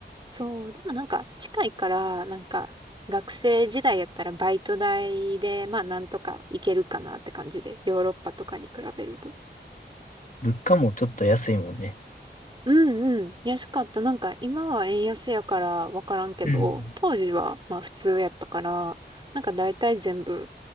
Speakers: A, on the right; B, on the left.
A: そう、でもなんか近いから、なんか学生時代やったらバイト代で、まあなんとか行けるかなって感じで、ヨーロッパとかに比べると。
B: 物価もちょっと安いもんね。
A: うんうん、安かった。なんか今は円安やからわからんけど、
B: うん。
A: 当時はまあ普通やったから、なんか大体全部、